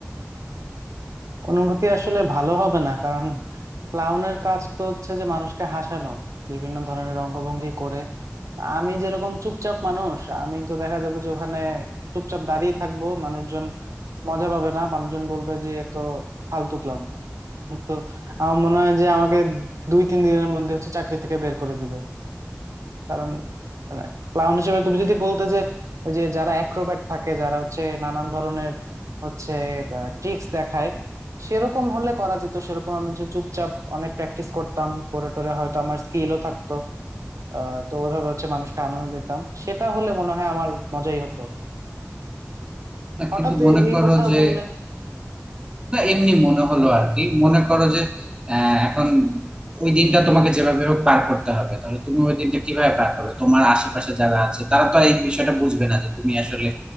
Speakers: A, on the right; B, on the right.
A: অনুভূতি আসলে ভালো হবে না কারণ ক্লাউনের কাজ তো হচ্ছে যে মানুষকে হাসানো বিভিন্ন ধরনের অঙ্গভঙ্গি করে আমি যেরকম চুপচাপ মানুষ আমি তো দেখা যাবে যে ওখানে চুপচাপ দাঁড়িয়ে থাকবো মানুষজন মজা পাবে না মানুষজন বলবে যে এ তো ফালতু ক্লাউন তো আমার মনে হয় যে আমাকে দুই তিন দিনের মধ্যে হচ্ছে চাকরি থেকে বের করে দিবে কারণ মানে ক্লাউন হিসেবে তুমি যদি বলতে যে ওই যে যারা অ্যাক্রোব্যাট থাকে যারা হচ্ছে নানান ধরনের হচ্ছে ট্রিক্স দেখায় সেরকম হলে করা যেত সেরকম আমি হচ্ছে চুপচাপ অনেক প্র্যাকটিস করতাম করে টোরে হয়তো আমার স্কিলও থাকতো আহ তো ওইভাবে হচ্ছে মানুষকে আনন্দ দিতাম সেটা হলে মনে হয় আমার মজাই হতো
B: না
A: হঠাৎ
B: কিন্তু মনে
A: এ- এই
B: করো
A: কথা
B: যে
A: বললে
B: না
A: হ্যাঁ
B: এমনি মনে হলো
A: মনে
B: আর কি মনে করো যে আহ, এখন ওই দিনটা তোমাকে যেভাবে হোক পার করতে হবে তাহলে তুমি ওই দিনটা কিভাবে পার করবে তোমার আশেপাশে যারা আছে তারা তো আর এই বিষয়টা বুঝবে না যে তুমি আসলে